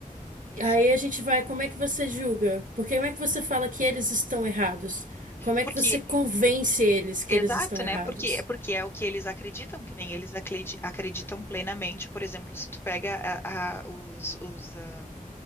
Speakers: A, on the left; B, on the right.
A: isso
B: Aí
A: é
B: a gente vai,
A: é horrível.
B: como é que você julga? Porque como é que você fala que eles estão errados? Como é
A: Porque
B: que você convence eles que
A: Exato,
B: eles estão errados?
A: né? Porque, porque é o que eles acreditam, que nem eles acredi- acreditam plenamente. Por exemplo, se tu pega a- a- os, os, ah,